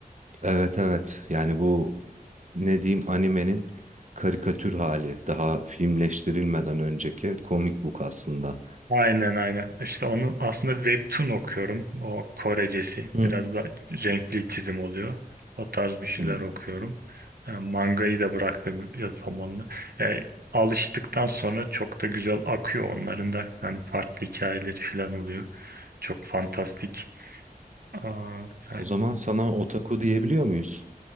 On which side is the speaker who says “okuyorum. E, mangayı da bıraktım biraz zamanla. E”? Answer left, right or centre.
Right